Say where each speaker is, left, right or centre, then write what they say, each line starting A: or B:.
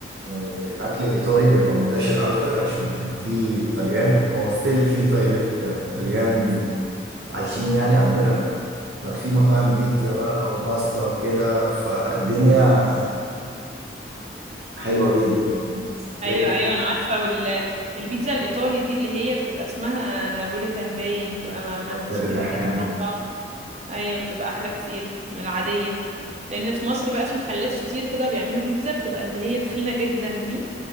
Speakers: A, on the right (about 65°); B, on the right (about 40°).
A: آه، الاكل الايطالي بيبقى منتشر اكتر عشان كان في طليان هو ستيل في طيل- آه، طليان عايشين يعني عندنا ففي مطاعم بيتزا بقى وباستا وكده فالدنيا حلوة جدا
B: ايوه
A: تلاقي
B: ايوه انا عارفه وال البيتزا الايطالي دي اللي هي بتبقى اسمها نابوليتان باين بتبقى م- منفوشه
A: آه، ده بالريحان
B: كده من اوروبا ايوه بتبقى احلى كتير من العاديه لان في مصر بقى في محلات فطير كده بيعملوا بيتزا بتبقى اللي هي تخينه جدا دي